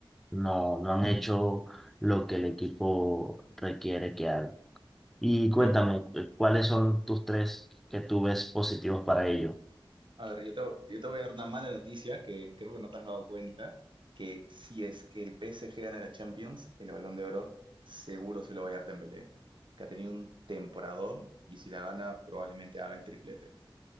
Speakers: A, in the centre; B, on the right.
A: no, no han hecho lo que el equipo requiere que hagan. Y cuéntame,
B: Yo,
A: ¿cuáles son tus tres que tú ves positivos para ellos?
B: a ver, yo te, yo te voy a dar una mala noticia que creo que no te has dado cuenta, que si es que el PSG gana la Champions, el Balón de Oro seguro se lo va a dar Dembélé, que ha tenido un temporadón y si la gana probablemente haga el triplete,